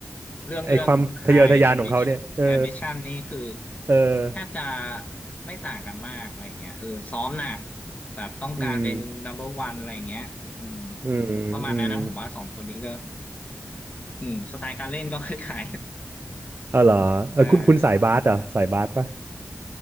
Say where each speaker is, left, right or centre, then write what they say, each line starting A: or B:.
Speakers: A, on the left; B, on the right.
A: เรื่องเรื่อง
B: ไอความทะเยอทะยานของเขาเนี่ย
A: High Ambition
B: เออ
A: Ambition นี่คือ
B: เออ
A: แทบจะไม่ต่างกันมากอะไรเงี้ยเออซ้อมหนักแบบต้องการเป็น
B: อืม
A: number one อร์วันอะไรเงี้ยอืม
B: อืม
A: ประมาณนั้นนะผมว่าสองคนนี้ก็
B: อืม
A: อืมสไตล์การเล่นก็คล้าย
B: เออเหรอเออคุณคุณสายบาสเหรอสายบาสปะ
A: ๆ <laughs> ใช่ใช่